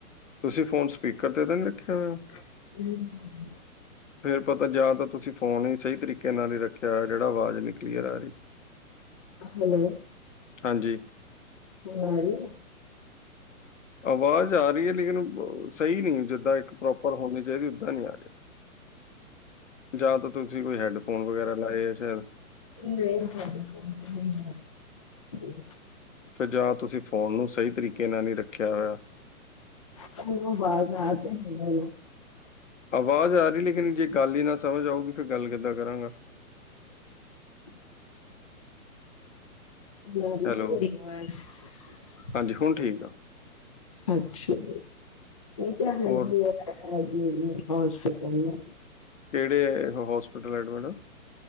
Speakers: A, on the left; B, on the left.
A: ਤੁਸੀਂ ਫੋਨ ਸਪੀਕਰ ਤੇ ਤਾਂ ਨਹੀਂ ਰੱਖਿਆ ਹੋਇਆ।
B: <unintelligible>
A: ਫੇਰ ਪਤਾ ਜਾਂ ਤਾਂ ਤੁਸੀਂ ਫ਼ੋਨ ਹੀ ਸਹੀ ਤਰੀਕੇ ਨਾਲ ਹੀ ਰੱਖਿਆ ਹੋਇਆ ਜਿਹੜਾ ਆਵਾਜ਼ ਨਹੀਂ ਕਲੀਅਰ ਆ ਰਹੀ।
B: ਹੈਲੋ
A: ਹਾਂਜੀ
B: ਹੁਣ ਆ ਰਹੀ ਏ।
A: ਆਵਾਜ਼ ਆ ਰਹੀ ਹੈ ਲੇਕਿਨ ਸਹੀ ਨਹੀਂ ਜਿੱਦਾਂ ਇੱਕ ਪ੍ਰੋਪਰ ਹੋਣੀ ਚਾਹੀਦੀ ਓਦਾਂ ਨੀ ਆ ਰਹੀ। ਜਾਂ ਤਾਂ ਤੁਸੀਂ ਕੋਈ ਹੈਡਫੋਨ ਵਗੈਰਾ ਲਾਏ ਆ ਸ਼ਾਇਦ
B: ਨਹੀ <inaudible>
A: ਫਿਰ ਜਾਂ ਤੁਸੀਂ ਫੋਨ ਨੂੰ ਸਹੀ ਤਰੀਕੇ ਨਾਲ ਨਹੀਂ ਰੱਖਿਆ ਹੋਇਆ।
B: ਤੈਨੂੰ ਆਵਾਜ਼ ਆ ਤੇ ਨ ਹੈ ਨਾ
A: ਆਵਾਜ਼ ਆ ਰਹੀ ਲੇਕਿਨ ਜੇ ਗੱਲ ਹੀ ਨਾ ਸਮਝ ਆਊਗੀ ਫਿਰ ਗੱਲ ਕਿੱਦਾਂ ਕਰਾਂਗਾ।
B: <inaudible> <unintelligible>
A: ਹੈਲੋ, ਹਾਂਜੀ ਹੁਣ ਠੀਕ ਆ।
B: ਅੱਛਾ ਮੈਂ ਕਿਹਾ ਹਾਂਜੀ
A: ਹੋਰ
B: <inaudible> ਹੋਸਪਿਟਲ ਨੇ।
A: ਕਿਹੜੇ ਹੋਸਪਿਟਲ ਐਡਮੈਡਮ